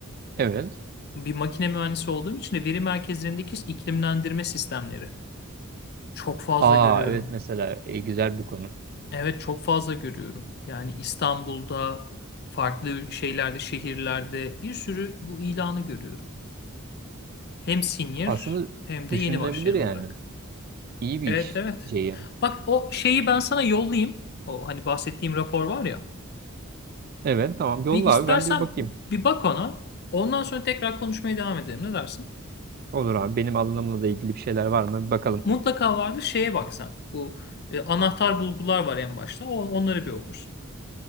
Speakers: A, on the right (about 45°); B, on the left (about 50°).
A: Evet.
B: bir makine mühendisi olduğum için de veri merkezlerindeki iklimlendirme sistemleri çok fazla
A: Aa
B: görüyorum.
A: evet mesela e, güzel bir konu.
B: Evet çok fazla görüyorum. Yani İstanbul'da, farklı ül- şeylerde, şehirlerde bir sürü bu ilanı görüyorum. Hem senior
A: Aslında
B: hem de
A: düşünülebilir
B: yeni başlayan
A: yani.
B: olarak.
A: İyi bir
B: Evet
A: iş
B: evet.
A: şeyi.
B: Bak o şeyi ben sana yollayayım. O hani bahsettiğim rapor var ya.
A: Evet tamam yolla
B: Bir istersen
A: abi ben de bir bakayım.
B: bir bak ona. Ondan sonra tekrar konuşmaya devam edelim. Ne dersin?
A: Olur abi benim alanımla da ilgili bir şeyler var mı? Bir bakalım.
B: Mutlaka vardır şeye baksan. Bu e, anahtar bulgular var en başta. O, onları bir okursun.